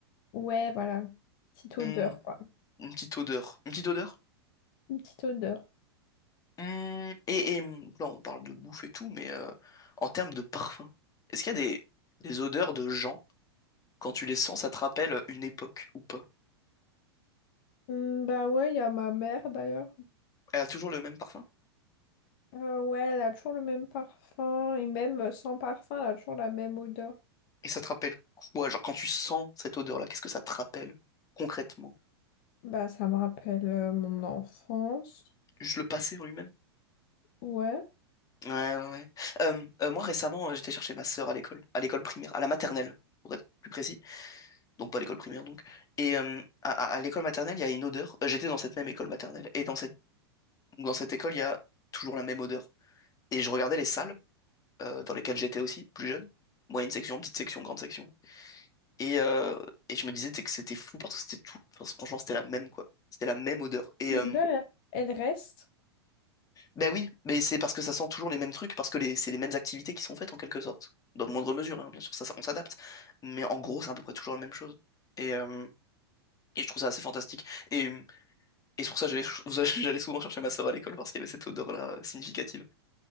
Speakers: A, on the left; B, on the left.
A: Ouais, voilà. Petite odeur,
B: Hmm,
A: quoi.
B: une petite odeur. Une petite odeur?
A: Une petite odeur.
B: Hmm, et, et, mmh, là, on parle de bouffe et tout, mais euh, en termes de parfum, est-ce qu'il y a des, des odeurs de gens, quand tu les sens, ça te rappelle une époque ou pas?
A: Hum, bah ouais, il y a ma mère d'ailleurs.
B: Elle a toujours le même parfum?
A: Euh, ouais, elle a toujours le même parfum. Et même euh, sans parfum, elle a toujours la même odeur.
B: Et ça te rappelle quoi? Genre, quand tu sens cette odeur-là, qu'est-ce que ça te rappelle concrètement?
A: Bah, ça me rappelle euh, mon enfance.
B: Juste le passé en lui-même?
A: Ouais.
B: Ouais, ouais, ouais. Euh, euh, moi, récemment, euh, j'étais chercher ma sœur à l'école, à l'école primaire, à la maternelle, pour être plus précis. donc pas l'école primaire donc. Et euh, à, à- à l'école maternelle, il y a une odeur. Euh, j'étais dans cette même école maternelle. Et dans cette, dans cette école, il y a toujours la même odeur. Et je regardais les salles euh, dans lesquelles j'étais aussi, plus jeune. Moyenne section, petite section, grande section. Et, euh, et je me disais t'sais, que c'était fou parce que c'était tout. enfin, franchement, c'était la même, quoi. C'était la même odeur. Et
A: L'odeur,
B: euh,
A: elle elle reste?
B: ben oui, mais c'est parce que ça sent toujours les mêmes trucs, parce que les- c'est les mêmes activités qui sont faites en quelque sorte. Dans moindre mesure, hein, bien sûr, ça, ça- on s'adapte. Mais en gros, c'est à peu près toujours la même chose. Et, euh, et je trouve ça assez fantastique. Et Et c'est pour ça que j'allais <laughs> j'allais souvent chercher ma sœur à l'école parce qu'il y avait cette odeur-là euh, significative.